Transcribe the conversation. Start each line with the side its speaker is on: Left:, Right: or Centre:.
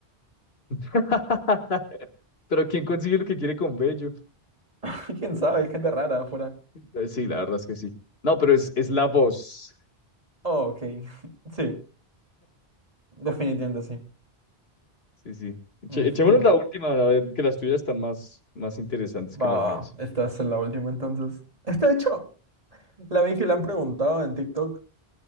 Left: <laughs> Pero ¿quién consigue lo que quiere con Bello?
Right: <laughs> ¿Quién sabe? Hay gente rara afuera.
Left: Eh, Sí, la verdad es que sí. No, pero es, es la voz.
Right: Oh, ok. <laughs> Sí, definitivamente sí.
Left: Sí, sí. Eche-
Right: Ujú.
Left: Echémonos la última, a ver, que las tuyas están más, más interesantes que
Right: Va,
Left: las
Right: va,
Left: mías.
Right: esta es la última entonces. Está hecho. La vi que la han preguntado en TikTok.